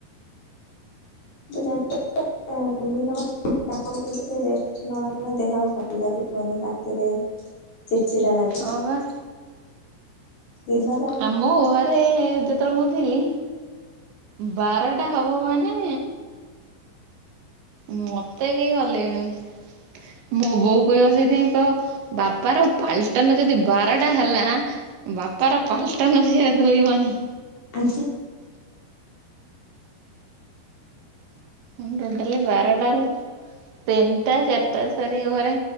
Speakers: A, on the left (about 45°); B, on the right (about 80°).
A: <inaudible> ଟିକେ ରେଷ୍ଟ ନହେଲେ ଦେହ ଭଲ ଲାଗିବନି ରାତିରେ ଚିଡ଼ଚିଡା ଲାଗ
B: ହଁ ପା।
A: ଦେର୍ଲା?
B: ଆମ ଘରେ ଜେ ମୁଁ ଥିଲି ବାରଟା ହବ ମାନେ ମତେ କେହି ହଲେଇବେନି ମୋ ବୋଉ କହିବ ସେଇଥିପାଇଁ କଇବ ବାପାର ପାଲଟନ ଯଦି ବାରଟା ହେଲା ବାପାର ପାଲଟନ ସିଏ ଧୋଇବନି।
A: ଆ
B: ମୁଁ ଟୋଟାଲି ବାରଟାରୁ ତିନିଟା ଚାରିଟା ସରି ଘରେ